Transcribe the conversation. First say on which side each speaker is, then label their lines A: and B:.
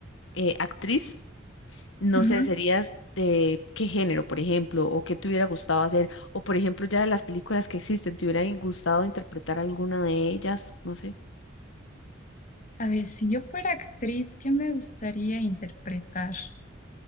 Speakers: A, on the left; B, on the left.
A: eh, actriz, no
B: ujú.
A: sé, serías de qué género, por ejemplo, o qué te hubiera gustado hacer, o por ejemplo, ya de las películas que existen, ¿te hubiera gustado interpretar alguna de ellas? No sé.
B: A ver, si yo fuera actriz, ¿qué me gustaría interpretar?